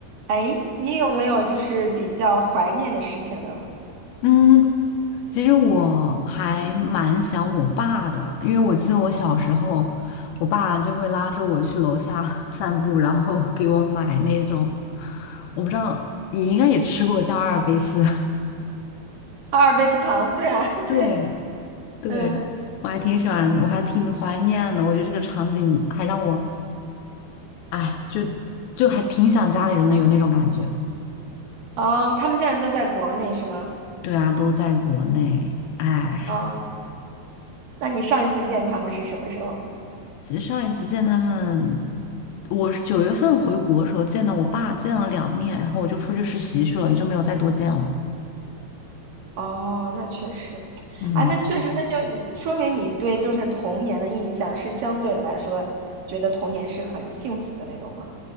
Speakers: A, on the right; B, on the left.
A: 哎，你有没有就是比较怀念的事情呢？
B: 嗯，其实我还蛮想我爸的，因为我记得我小时候，我爸就会拉着我去楼下 <laughs> 散步，然后 <laughs> 给我买那种，我不知道你应该也吃过叫阿尔卑斯，
A: 阿尔卑斯糖，对啊，
B: <laughs>
A: <laughs> 对，
B: 对对，
A: 嗯，
B: 我还挺喜欢的，我还挺怀念的。我觉得这个场景还让我，哎，就就还挺想家里人的，有那种感觉。
A: 哦，他们现在都在国内是吗？
B: 对啊，都在国内，哎。
A: 哦，那你上一次见他们是什么时候？
B: 其实上一次见他们，我是九月份回国的时候见到我爸，见了两面，然后我就出去实习去了，也就没有再多见了。
A: 哦，那确实，
B: 嗯
A: 啊，那确实，那就你说明你对就是童年的印象是相对来说觉得童年是很幸福的那种吗？